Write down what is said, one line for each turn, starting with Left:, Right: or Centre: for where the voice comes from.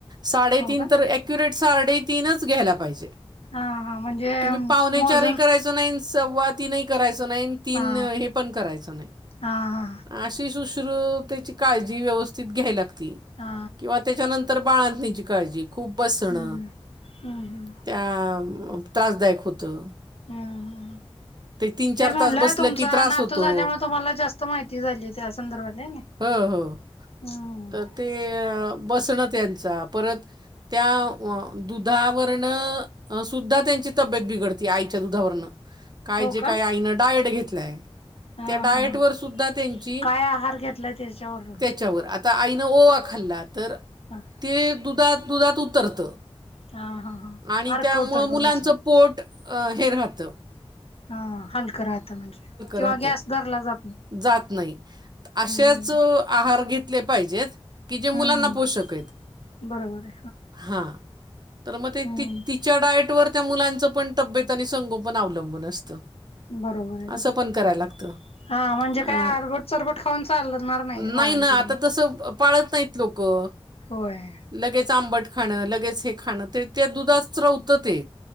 Right: साडेतीन
Left: हो का
Right: तर ॲक्युरेट साडेतीनच घ्यायला पाहिजें.
Left: हा हा म्हणजे.
Right: तुम्ही पावणे
Left: मोजून
Right: चारही करायचो नाही, सव्वा तीनही करायचो नाही. तीन
Left: हा
Right: हे पण करायचं नाही.
Left: हा हा
Right: अशी शुश्रू त्याची काळजी व्यवस्थित घ्यायवी लागती.
Left: हा
Right: किंवा त्याच्यानंतर तर बाळांतनीची काळजी खूप बसण
Left: हम्म हम्म
Right: त्या त्रासदायक होतं.
Left: हा, हा.
Right: ते तीन चार
Left: तेच म्हणटलं
Right: तास बसलं
Left: तुमचा
Right: की त्रास
Left: नातू
Right: होतो.
Left: झाल्यामुळे तुम्हाला जास्त माहिती झाली त्या संदर्भाला हेनाइ.
Right: हो हो
Left: हम्म!
Right: तर ते बसणं त्यांचा परत, त्या दुधावरण सुद्धा त्यांची तब्येत बिघडते आईच्या दुधावर काय
Left: हो
Right: जे काय
Left: का
Right: आईन डायट घेतलाय.
Left: हा
Right: त्या डायट
Left: हा
Right: वर सुद्धा त्यांची
Left: काय आहार घेतलाय त्याच्यावरून
Right: त्याच्यावर आ आता आईनं ओवा खाल्ला तर
Left: हा.
Right: ते दुधात दुधात उतरत
Left: हा हा हा
Right: आणि
Left: अर्क
Right: त्यामुळ
Left: उतरतो
Right: मुलांचं
Left: त्याचा
Right: पोट हे राहातं
Left: हा हलकं राहत म्हणजे किंवा
Right: राहतं,
Left: गॅस धरला जा
Right: जात नाही असेच
Left: हम्म
Right: आहार घेतले पाहिजेत. कि जे मुलांना
Left: हम्म
Right: पोषक आहेत.
Left: बरोबर आहे
Right: हा तर मग ते
Left: हम्म
Right: ती ती त्या डाएट वर त्या मुलांच पण तब्येत आणि संगोपन अवलंबून असतं.
Left: बरोबर आहे बरोबर
Right: असं पण कराय लागतं.
Left: हा म्हणजे काय
Right: अ
Left: आरबट चरबट खाऊन चालणार नाय बाळांती
Right: नाही ना आता तसं पाळत नाहीत लोकं.
Left: होय.
Right: लगेच आंबट खाणं लगेच हे खाणं ते त्या दुधात स्त्रोतरते.